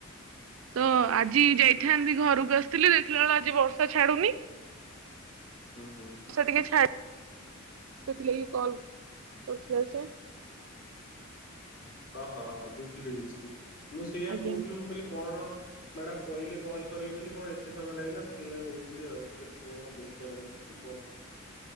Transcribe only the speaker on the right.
ତ ଆଜି ଯାଇଥାନ୍ତି ଘରକୁ ଆସିଥିଲି ଦେଖିଲା ବେଳକୁ ଆଜି ବର୍ଷା ଛାଡୁନି।
ସେ ଟିକେ ଛା ସେଥିଲାଗି କଲ କରୁଥିଲା ସେ।
ଆଜ୍ଞା